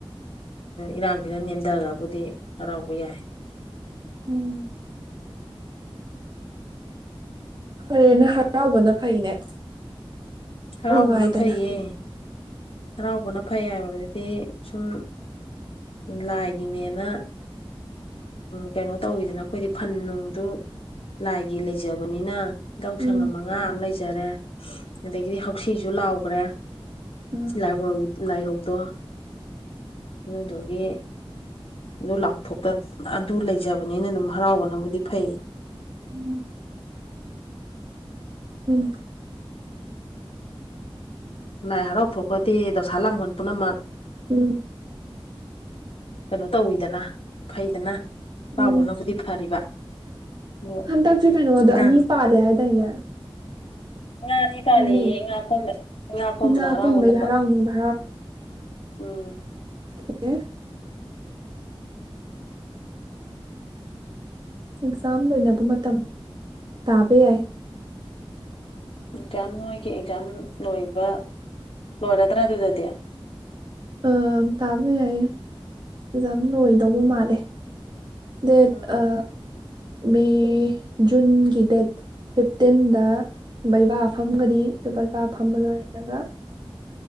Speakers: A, on the left; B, on the right.
A: ꯏꯔꯥꯡꯁꯤꯅ ꯅꯦꯝꯗꯒ꯭ꯔꯕꯨꯗꯤ ꯍꯔꯥꯎꯕ ꯌꯥꯏ
B: ꯎꯝ ꯐꯔꯦꯅ ꯍꯔꯥꯎꯕꯅ ꯐꯩꯅꯦ
A: ꯍꯔꯥꯎꯕꯅ
B: ꯅꯨꯡꯉꯥꯏꯗꯅ
A: ꯐꯩꯌꯦ ꯍꯔꯥꯎꯕꯅ ꯐꯩ ꯍꯥꯏꯕꯗꯨꯗꯤ ꯁꯨꯝ ꯂꯥꯏꯒꯤꯅꯦꯅ ꯀꯩꯅꯣ ꯇꯧꯋꯤꯗꯅ ꯑꯩꯈꯣꯏꯗꯤ ꯐꯟ ꯅꯨꯡꯁꯨ ꯂꯥꯏꯒꯤ ꯂꯩꯖꯕꯅꯤꯅ ꯌꯥꯎ ꯁꯪꯉꯝ
B: ꯎꯝ
A: ꯃꯉꯥ ꯑꯃ ꯂꯩꯁꯦ ꯐꯖꯔꯦ ꯑꯗꯒꯤꯗꯤ ꯍꯁꯤꯁꯨ ꯂꯥꯎꯈ꯭ꯔꯦ
B: ꯎꯝ
A: ꯁꯤ ꯂ ꯂꯥꯏꯔꯧꯗꯣ ꯑꯗꯨ ꯑꯗꯨ ꯑꯗꯒꯤ ꯑꯗꯨ ꯂꯥꯎꯊꯣꯛꯇ ꯑꯗꯨ ꯂꯩꯖꯕꯅꯤꯅ ꯑꯗꯨꯝ ꯍꯔꯥꯎꯕꯅꯕꯨꯗꯤ ꯐꯩ
B: ꯎꯝ ꯎꯅꯤ
A: ꯂꯥꯏ ꯍꯔꯥꯎ ꯊꯣꯛꯣꯛꯈꯗꯤ ꯗꯧꯁꯥ ꯂꯥꯡꯕꯟ ꯄꯨꯝꯅꯃꯛ
B: ꯎꯝ
A: ꯀꯩꯅꯣ ꯇꯧꯋꯤꯗꯅ ꯐꯩꯗꯅ ꯀꯥꯎꯕꯅꯕꯨꯗꯤ
B: ꯎꯝ
A: ꯐꯔꯤꯕ ꯑꯗꯣ
B: ꯍꯟꯗꯛꯁꯦ ꯀꯩꯅꯣꯒꯗ
A: ꯏꯔꯥꯡ
B: ꯑꯅꯤ ꯄꯥꯜꯂꯦ ꯍꯥꯏꯗꯥꯏꯅꯦ
A: ꯉꯥꯅꯤ ꯄꯥꯅꯩꯌꯦ
B: ꯍꯥꯏꯅꯩ
A: ꯉꯥꯣꯝꯕ ꯉꯥ ꯈꯣꯝꯕꯗ
B: ꯏꯉꯥ
A: ꯍꯔꯥꯎꯕꯗꯄ
B: ꯑꯀꯣꯟꯕꯩꯗ ꯍꯔꯥꯎꯅꯤꯕ
A: ꯎꯝ
B: ꯈꯦꯔ ꯑꯦꯛꯖꯥꯝ ꯂꯣꯏꯅꯕ ꯃꯇꯝ ꯇꯥꯕ ꯌꯥꯏ
A: ꯑꯦꯛꯖꯥꯝ ꯅꯣꯏꯒꯤ ꯑꯦꯛꯖꯥꯝ ꯂꯣꯏꯕ ꯂꯣꯏꯔꯗ꯭ꯔꯥ ꯑꯗꯨꯗꯗꯤ
B: ꯑ ꯇꯥꯕ ꯌꯥꯏ ꯑꯦꯛꯖꯥꯝ ꯂꯣꯏꯗꯧꯕ ꯃꯥꯜꯂꯦ ꯗ
A: ꯎꯝ
B: ꯑ ꯃꯦ ꯖꯨꯟꯒꯤ ꯗꯦꯠ ꯐꯤꯐꯇꯤꯟꯗ ꯕꯩꯕꯥ ꯐꯝꯒꯅꯤ ꯑꯗꯨ ꯕꯩꯕꯥ ꯐꯝꯕ ꯂꯣꯏꯔꯒ